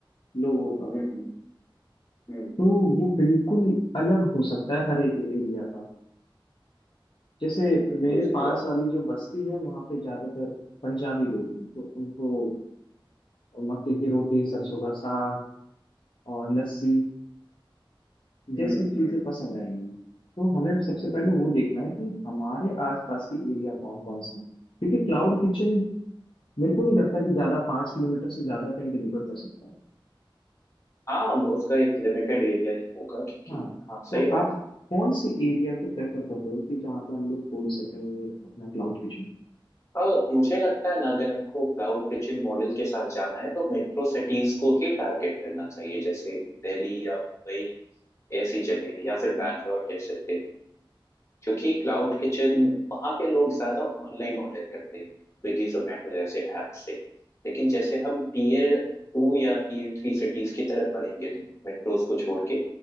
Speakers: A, on the left; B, on the left.
A: लोगों का
B: हम्म हम्म हम्म,
A: तो वो बिल्कुल अलग हो सकता है हर एक एरिया का जैसे
B: बिल्कुल
A: मेरे
B: सही
A: पास
B: बात
A: वाली जो बस्ती है वहाँ पे ज्यादातर पंजाबी लोग हैं तो उनको मक्के की रोटी सरसों का साग और लस्सी
B: हम्म
A: जैसी चीजें
B: हम्म
A: पसंद आएंगी तो हमें सबसे पहले वो देखना है कि हमारे आसपास के एरिया कौन कौन से हैं क्योंकि क्लाउड किचन मेरे को नहीं लगता कि ज्यादा पाँच किलोमीटर से ज्यादा कहीं डिलीवर कर सकता है
B: हाँ वो उसका एक लिमिटेड एरिया ही होगा क्योंकि
A: हाँ
B: हाँ सही
A: तो
B: बात
A: आप कौन से एरिया को प्रेफर कर रहे हो कि जहाँ पे हम लोग खोल सकें अपना क्लाउड किचन
B: और मुझे लगता है ना अगर हमको क्लाउड किचन मॉडल के साथ जाना है तो मेट्रो सिटीज को ही टारगेट करना चाहिए जैसे दिल्ली या मुंबई ऐसी जगह या फिर बैंगलोर कह सकते हैं क्योंकि क्लाउड किचन वहाँ पे लोग ज्यादा ऑनलाइन ऑर्डर करते हैं स्विगी जोमेटो जैसे ऐप से लेकिन जैसे हम टीयर टू या टीयर थ्री सिटीज की तरफ बढ़ेंगे ना मेट्रोज को छोड़ के